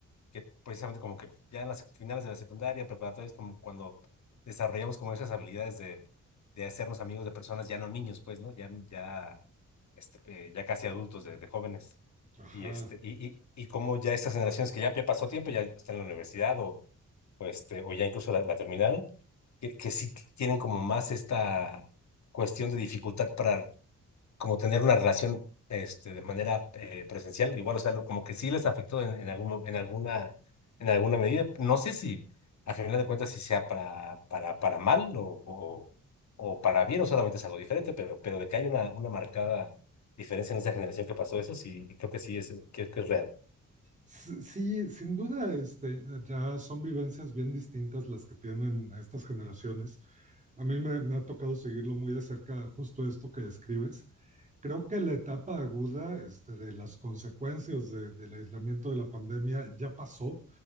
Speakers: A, on the left; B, on the right.
A: que precisamente como que ya en las sec- finales de la secundaria, preparatoria, es como cuando desarrollamos como esas habilidades de, de hacernos amigos de personas, ya no niños, pues, ¿no? Ya, ya, este, eh, ya casi adultos, de, de jóvenes.
B: Ajá.
A: Y, este, y, y, y como ya estas generaciones que ya, ya pasó tiempo, ya están en la universidad o, o, este, o ya incluso la la terminaron que, que sí t- tienen como más esta cuestión de dificultad para como tener una relación este, de manera eh, presencial, igual, o sea, lo- como que sí les afectó en, en algún, mo- en alguna, en alguna medida. No sé si, a final de cuentas, si sea para, para, para mal o, o, o para bien, o solamente es algo diferente, pero, pero de que hay una, una marcada diferencia en esa generación que pasó eso, sí, creo que sí es, que, que es real.
B: S- Sí, sin duda, este, ya son vivencias bien distintas las que tienen estas generaciones. A mí me, me ha tocado seguirlo muy de cerca, justo esto que describes. Creo que la etapa aguda, este, de las consecuencias de- del aislamiento de la pandemia ya pasó.